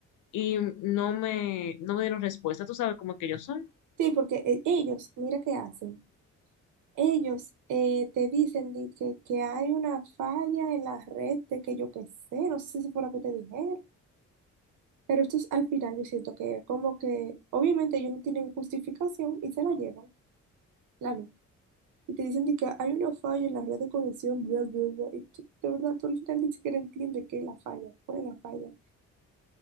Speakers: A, on the left (about 80°); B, on the right (about 80°).
A: y no me, no me dieron respuesta. Tú sabes cómo es que ellos son.
B: Sí, porque eh, ellos, mira qué hacen. Ellos eh, te dicen de que, que hay una falla en la red de que yo qué sé, no sé si fue lo que te dijeron Pero estos al final yo siento que como que obviamente ellos no tienen justificación y se la llevan, la luz. Y te dicen de que hay una falla en la red de conexión, bla, bla, bla. Y tú- de verdad, tú al final ni siquiera entiendes qué es la falla, cuál es la falla.